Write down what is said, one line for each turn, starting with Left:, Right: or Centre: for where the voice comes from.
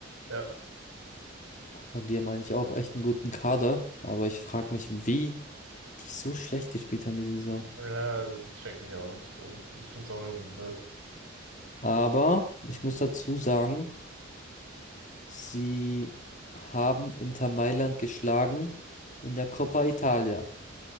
Right: Ja.
Left: Und die haben eigentlich auch echt einen guten Kader. Aber ich frage mich, wie die so schlecht gespielt haben diese Saison.
Right: Ja, check ich auch nicht. Ähm, Ich finde es auch irgendwie blöd.
Left: Aber ich muss dazu sagen, sie haben Inter Mailand geschlagen in der Coppa Italia.